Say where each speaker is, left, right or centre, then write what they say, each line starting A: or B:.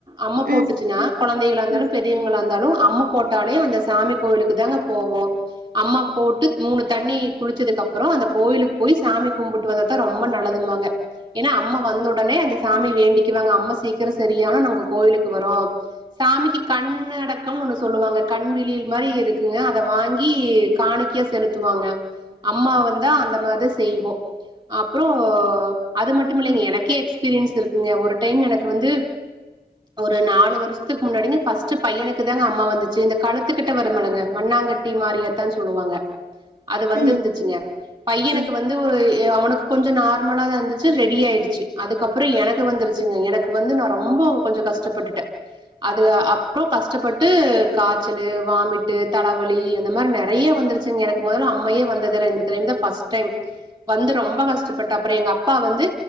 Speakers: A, on the right; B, on the right.
A: அம்மா
B: ம்
A: போட்டுச்சுனா கொழந்தைகளா இருந்தாலு
B: ம்
A: பெ ரியவங்களா இருந்தாலு அம்ம போட்டாலே அந்த சாமி கோவிலுக்கு தாங்க போவோ அம்மா போட்டு மூணு தண்ணி குளிச்சதுக்கப்புறோ அந்த கோவிலுக்கு போயி சாமி கும்புட் வந்த தா ரொம்ப நல்லதுமாங்க ஏனா அம்ம வந்த உடனே அந்த சாமி வேண்டிக்குவாங்க அம்ம சீக்கிரோ செரியான நா உங்க கோயிலுக்கு வரோ சாமிக்கு கண் அடக்கம்னு ஒன்னு சொல்லுவாங்க கண் விழியல் மாரி இருக்குங்க அத வாங்கி காணிக் கை செலுத்துவாங்க அம்மா வந்தா அந்த மாதிரி செய்வோ அப்றோ அது மட்டு இல்லைங்க எனக்கே எக்ஸ்பீரியன்ஸ் இருக்குங்க ஒரு டைம் எனக் கு வந்து ஒரு நாலு வருஷத்துக்கு முன்னாடிங்க ஃபர்ஸ்டு பையனுக்கு தாங்க அம்மா வந்துச்சு இந்த கழுத்துக்கிட்ட வருமலங்க மண்ணாங்க ட்டி மாரியாத்தானு சொல்லுவாங்க அது வந்துருந்துச்சுங்க
B: ம்
A: பையனுக்கு
B: ஆ
A: வந் து ஒரு அவனுக்கு கொஞ்சோ நார்மலாதா இருந்துச்சு ரெடி ஆயிடுச்சு அதுக்கப்றோ எனக்கு வந்துருச்சுங்க எனக் எனக்கு வந்து நா ரொம்போ கொஞ்ச கஷ்டப்பட்டுட்டே அது அப்றோ கஷ்டப்பட்டு காய்ச்சலு வாமிட்டு தலவலி இந்த மாரி நெறையா வந்துருச்சு ங்க எனக்கு மொதல்லா அம்மையே வந்தது இல்ல இந்த தடவைங்தா ஃபர்ஸ் டைம் வந்து ரொம்ப கஷ்டப்பட்டு அப்றோ எங்க அப்பா வந்து